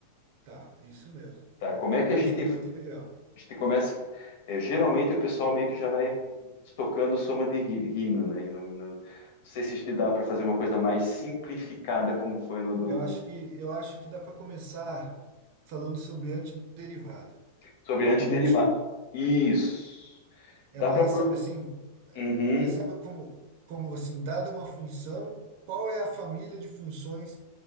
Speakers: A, on the right (about 55°); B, on the left (about 55°).
A: Tá, isso mesmo.
B: tá?
A: Vamos
B: Como é que
A: pensar
B: a gente, a
A: na integral.
B: gente começa? é, geralmente o pessoal meio que já vai tocando soma de rí- rímel, né? E não, não- não sei se a gente dá para fazer uma coisa mais simplificada como foi no do
A: Eu acho que, eu acho que dá para começar falando sobre antiderivada,
B: Sobre
A: a
B: antiderivados.
A: primitiva.
B: Isso.
A: É
B: Dá
A: mais,
B: para.
A: sabe assim,
B: Uhum,
A: é, sabe como, como assim, dada uma função, qual é a família de funções